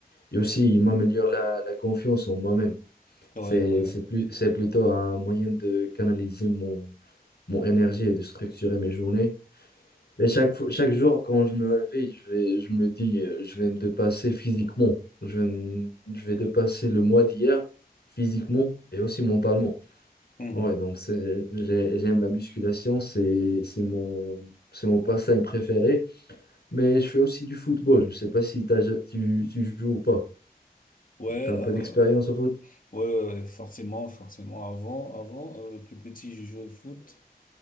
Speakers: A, on the left; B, on the left.
A: Et aussi, il m'améliore la, la confiance en moi-même.
B: Ouais,
A: C'est,
B: ouais.
A: c'est plus, c'est plutôt un moyen de canaliser mon, mon énergie et de structurer mes journées. Et chaque fois, chaque jour, quand je me réveille, je vais, je me dis, euh, je vais me dépasser physiquement. Je vais, me- je vais dépasser le mois d'hier physiquement et aussi mentalement.
B: Mhm.
A: Ouais, donc c'est- j'ai- j'aime la musculation, c'est, c'est mon, c'est mon passe-temps préféré. Mais je fais aussi du football. Je sais pas si t'as ja- tu, tu joues ou pas.
B: Ouais,
A: T'as un
B: euh,
A: peu d'expérience au foot,
B: ouais, ouais, ouais, forcément, forcément. Avant, avant, euh, plus petit, je jouais au foot.